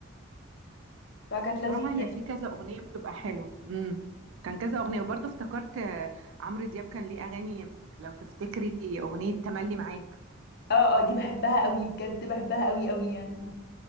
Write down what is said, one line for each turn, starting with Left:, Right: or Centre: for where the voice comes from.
Left: فكانت
Right: بصراحه
Left: لذيذة
Right: هي
Left: يعني.
Right: في كذا اغنيه بتبقى حلوه امم كان كذا اغنيه وبرضو افتكرت آه، عمرو دياب كان ليه اغاني لو تفتكري اغنيه تملي معاك
Left: اه اه دي بحبها قوي بجد بحبها قوي قوي يعني